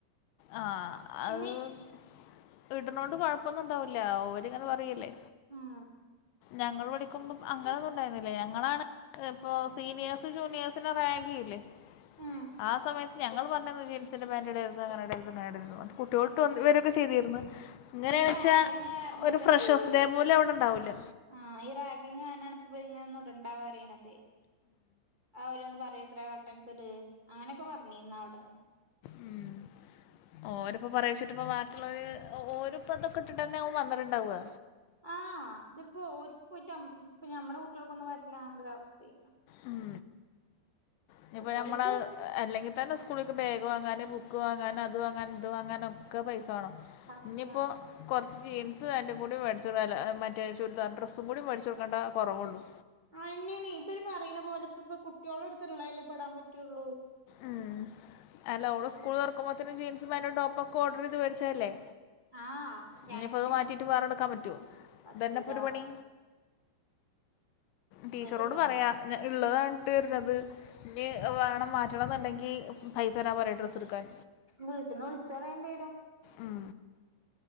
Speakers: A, on the left; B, on the right.
A: ആഹ്
B: പിന്നെ
A: അത് ഇടുന്നോണ്ട് കൊഴപ്പൊന്നുണ്ടാവൂല്ല്യ ഓരിങ്ങനെ പറയല്ലേ
B: ഉം
A: ഞങ്ങള് പഠിക്കുമ്പം അങ്ങനൊന്നും ഉണ്ടായിരുന്നില്ല ഞങ്ങളാണ് ഇപ്പൊ സീനിയേഴ്സ് ജൂനിയേഴ്സിനെ റാഗ് ചെയ്യില്ലേ
B: ഉം
A: ആഹ് സമയത്ത് ഞങ്ങള് പറഞ്ഞത് ജീൻസിന്റെ പാന്റിടരുത് അങ്ങനിടരത് ഇങ്ങനിടരുതെന്ന് പറ കുട്ടികളിട്ടോണ്ടു വരൊക്കെ ചെയ്തിരുന്നു ഇങ്ങനെയാണെച്ചാ
B: ഈ റാഗിങ് കാരണം
A: ഒരു
B: തന്നെയാണ്
A: ഫ്രഷേസ്
B: ഇവര്
A: ഡേ പോലും അവിടൊണ്ടാവൂല്ല
B: ആഹ് ഈ റാഗിംഗ് കാരണാണ് ഇപ്പൊ ഇവരിങ്ങനൊന്നും ഇടണ്ടാന്ന് പറയണത് അവര്ന്ന് പറയൂത്രേ ബട്ടൻസിട് അങ്ങനൊക്കെ പറഞ്ഞീരുന്നവിടെ
A: ഉം ഓരിപ്പ പറയെച്ചിട്ടിപ്പൊ ബാക്കിയൊള്ളോര് ഓരിപ്പ തൊക്കെ ഇട്ടിട്ട് തന്നെയാവും വന്നിട്ടുണ്ടാവുക
B: ആഹ് ഇതിപ്പോ ഓർക്ക്പോയിട്ട് ഞം ഇപ്പ ഞമ്മടെ കുട്ടികൾക്കൊന്നും പറ്റില്ലാന്നുള്ളൊരവസ്ഥയയ്ക്ക്
A: ഉം ഇനി ഇപ്പൊ ഞമ്മള്
B: ഓര്ക്ക്
A: അല്ലെങ്കി തന്നെ സ്കൂളിലെക്ക് ബാഗ് വാങ്ങാന് ബുക്ക് വാങ്ങാന് അത് വാങ്ങാന് ഇത് വാങ്ങാന് ഒക്കെ പൈസ വേണം
B: സത്യം
A: ഇനിപ്പോ കൊറച്ച് ജീൻസ് പാൻറും കൂടി മേടിച്ചൊടുക്ക അല്ല മറ്റേ ചുരിദാർ ഡ്രസ്സും കൂടി മേടിച്ച് കൊടുക്കേണ്ട കൊറവേള്ളൂ
B: അയിന്നെയാണ് ഇപ്പ ഇവര് പറയണ പോലെ ഇപ്പൊപോ കുട്ട്യോൾടടുത്തുള്ളല്ലേ ഇപ്പൊ ഇടാൻപറ്റുള്ളൂ
A: ആഹ് അല്ല ഓള് സ്കൂള് തൊറക്കുമ്പൊത്തേനും ജീൻസും പാന്റും ടോപ്പുക്കെ ഓർഡറ് ചെയ്ത് മേടിച്ചല്ലേ
B: ആഹ് രണ്ട്
A: ഇനിപ്പ ഇത് മാറ്റിയിട്ട് വേറെടുക്കാൻ പറ്റുവോ
B: പറ്റൂല
A: ഇതന്നപ്പൊ ഒരു പണി ടീച്ചറോട്
B: ഇവരിപ്പ
A: പറയാ ഞ ഉള്ളതാണിട്ടീർന്നത് ഇനി വേണം മാ റ്റണന്നുണ്ടെങ്കി പൈസ തരാൻ പറ ഡ്രസ്സെടുക്കാൻ
B: വീട്ടീന്ന് വിളിച്ചറയേണ്ടി വരും
A: ഉം